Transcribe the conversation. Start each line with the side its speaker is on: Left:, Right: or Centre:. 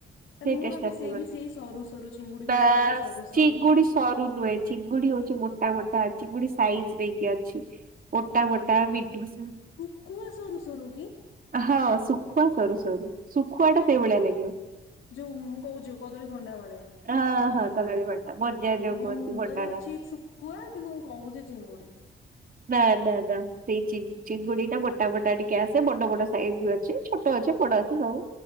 Left: ତାହେଲେ
Right: ସେ
Left: ମୁଁ
Right: ଟେଷ୍ଟ
Left: ଭାବେ
Right: ଆସିବିନି
Left: ସେ ବି ସେଇ ସରୁ ସରୁ ଚିଙ୍ଗୁଡି ବି
Right: ବାସ୍
Left: ଦେଖିବାକୁ ସରୁ ସରୁ
Right: ଚିଙ୍ଗୁଡି। ସରୁ ନୁହେଁ ଚିଙ୍ଗୁଡି ହଉଛି ମୋଟା ମୋଟା ଚିଙ୍ଗୁଡି ସାଇଜ ନେଇକି ଅଛି। ମୋଟା ମୋଟା ମିଡିଲ ସ
Left: ସୁଖୁଆ ସରୁ ସରୁ କି।
Right: ହଁ ଶୁଖୁଆ ସରୁ ସରୁ ଶୁଖୁଆ ଟା ସେଇଭଳିଆ ଲାଗିବ।
Left: ଯୋଉ ମୁଁ କହୁଛିୁ ଯୋଉ କଦଳୀ ଭଣ୍ଡା ଭଳିଆ
Right: ହଁ
Left: ଓକେ
Right: ହଁ କଦଳୀ ଭଣ୍ଡା ମଞ୍ଜା ଯୋଉ
Left: ମୋ
Right: କୁହନ୍ତି
Left: ମୁଣ୍ଡରେ
Right: ଭଣ୍ଡା ନା
Left: ଅଛି ଶୁଖ ଖୁଆ କିନ୍ତୁ ମୁଁ କହୁଛି ଚିଙ୍ଗୁଡି।
Right: ନା ନା ନା ସେଇ ଚିଙ୍ଗ। ଚିଙ୍ଗୁଡି ଟା ମୋଟା ମୋଟା ଟିକେ ଆସେ ବଡ ବଡ ସାଇଜ ବି ଅଛି ଛୋଟ ଅଛ ବଡ ଅଛି ସବୁ।